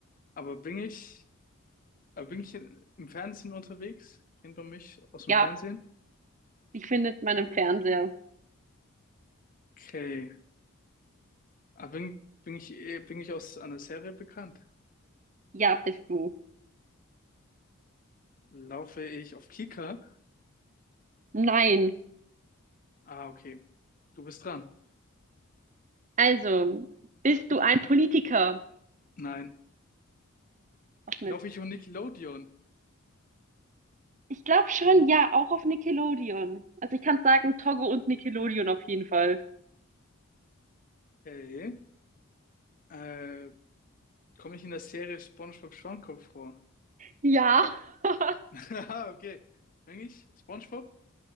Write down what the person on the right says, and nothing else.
Ja,
die findet man im Fernseher.
Ja, bist du.
Nein.
Also, bist du ein Politiker?
Ach Mist.
Ich glaube schon, ja, auch auf Nickelodeon. Also ich kann sagen, Togo und Nickelodeon auf jeden Fall.
Ja. <laughs>